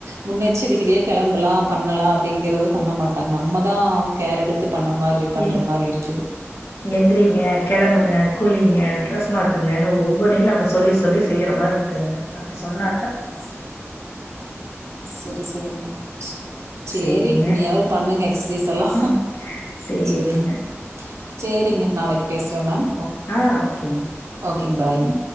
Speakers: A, on the right; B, on the left.
A: முன்னெச்சரிக்ரியா கெளம்பலா பண்ணலா அப்டிங்றது பண்ண மாட்டாங் நம்மதா கேர் எடுத் து பண்ண மார்ரி பண்ற
B: எந்
A: மாரி இருக்குது
B: எந்திரிங்க கெளம்புங்க குளிங்க ட்ரெஸ் மாத்துங்கன்னு ஒவ்வொனும் நம்ம சொல்லி சொல்லி செய்கிற மாரி இருக்குதுங்க அப்படி சொன்னா
A: செரி செரி செரிங்க, சேரி
B: சேரிங்க
A: நீாயாவது பண்ணுங்க எக்சசைஸ் எல்லா
B: ம் சேரிங்க.
A: செரிங்க சேரிங்க, நாளைக்கு பேசுற மேம்.
B: ஆ ஓகேங்
A: க்பாய்ங்க.